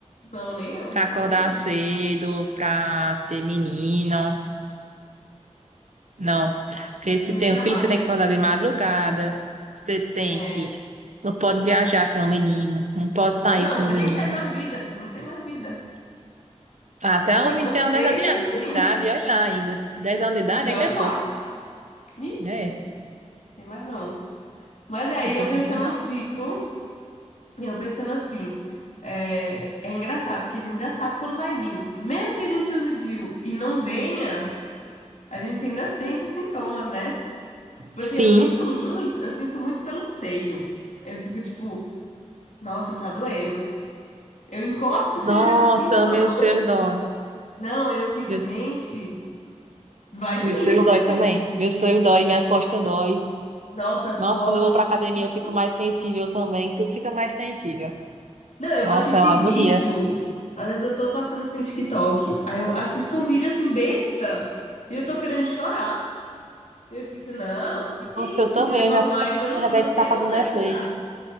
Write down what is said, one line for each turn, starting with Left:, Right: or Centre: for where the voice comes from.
Left: Não, nem eu,
Right: Pra
Left: tá
Right: acordar
Left: doido.
Right: cedo, pra ter menino. Não. Porque se
Left: É muito
Right: tem
Left: trabalho,
Right: um filho, você tem
Left: né?
Right: que acordar de madrugada. Você tem
Left: É.
Right: que. Não pode viajar sem um menino. Não pode sair
Left: Não,
Right: sem
Left: você
Right: um menino.
Left: nem tem mais vida, você não tem mais vida.
Right: Até um
Left: É
Right: menino
Left: você
Right: tem uns 10 anos
Left: e o menino.
Right: de de idade, e olha lá ainda. dez anos de idade
Left: E
Right: ainda
Left: olha
Right: é pouco,
Left: lá. Ixi,
Right: né?
Left: tem mais não. Mas aí,
Right: Não tem
Left: eu pensando
Right: condições, não.
Left: no ciclo. E eu pensando assim, é, é engraçado, porque a gente já sabe quando vai vir. Mesmo que a gente use o DIU e não venha, a gente ainda sente os sintomas, né? Tipo
Right: Sim.
Left: assim, eu sinto muito, eu sinto muito pelo seio. Eu fico tipo, nossa, tá doendo. Eu encosto
Right: Nossa,
Left: se eu já sinto uma
Right: meu
Left: dor.
Right: ser dói.
Left: Não, eu fico,
Right: Meu,
Left: gente, vai vir.
Right: meu ser
Left: <laughs>
Right: dói também. Meu ser dói, minha costa dói.
Left: Nossa, as
Right: Nossa,
Left: costas,
Right: quando eu vou pra academia
Left: eu fico, gente.
Right: eu fico mais sensível também. Tudo fica mais sensível.
Left: Não, eu
Right: Nossa,
Left: vou assistir
Right: é uma agonia.
Left: vídeo. Às vezes eu tô passando assim no TikTok, aí eu assisto um vídeo assim besta e eu tô querendo chorar. Eu fico, não, o que que
Right: Nossa,
Left: é isso?
Right: eu também.
Left: Em dias
Right: Eu
Left: normais
Right: já fico achando
Left: eu não,
Right: que o remédio
Left: não
Right: tá
Left: tenho
Right: fazendo
Left: vontade
Right: efeito.
Left: de chorar.